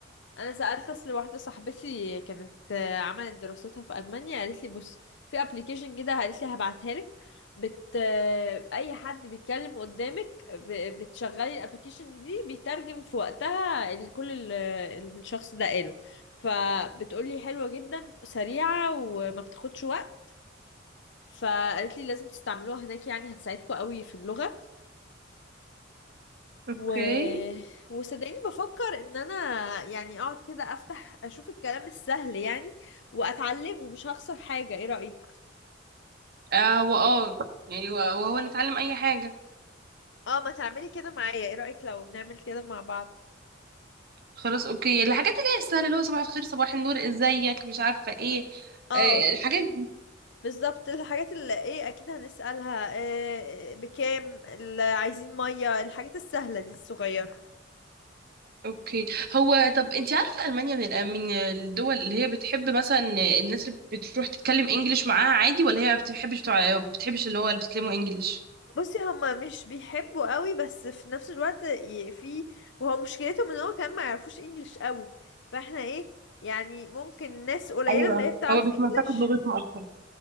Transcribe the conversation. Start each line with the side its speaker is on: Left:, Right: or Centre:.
Left: انا سالت اصل واحده صاحبتي كانت آه، عملت دراستها في المانيا قالت لي بص في ابلكيشن كده قالت لي هبعتها لك بت آه، اي حد بيتكلم قدامك ب... بتشغلي الابلكيشن دي بيترجم في وقتها ال- كل ال... الشخص ده قاله فبتقولي حلوه جدا سريعه وما بتاخدش وقت فقالت لي لازم تستعملوها هناك يعني هتساعدكم قوي في اللغه
Right: اوكي
Left: و... وصدقيني بفكر ان انا يعني اقعد كده افتح اشوف الكلام السهل يعني واتعلمه مش هخسر حاجة ايه رأيك
Right: اه واه يعني و- وهو نتعلم اي حاجه
Left: اه ما تعملي كده معايا ايه رأيك لو نعمل كده مع بعض
Right: خلاص اوكي الحاجات اللي هي السهله اللي هو صباح الخير صباح النور ازيك مش عارفه ايه
Left: اه
Right: آه، الحاجات
Left: بالظبط الحاجات اللي ايه اكيد هنسألها إيه بكام اللي عايزين مية الحاجات السهلة دي الصغيرة
Right: اوكي هو طب انت عارفه المانيا من الأ- من الدول اللي هي بتحب مثلا الناس اللي بتروح تتكلم انجليش معاها عادي ولا هي ما بتحبش بتوع بتحبش اللي هو اللي بيتكلموا انجليش
Left: بصي هما مش بيحبوا قوي بس في نفس الوقت ي- في وهو مشكلتهم ان هو كمان ما يعرفوش انجليش قوي فاحنا ايه يعني ممكن ناس قليلة
Right: ايوه
Left: اللي هي بتعرف
Right: هو بيتمسكوا
Left: انجليش
Right: بلغتهم اكتر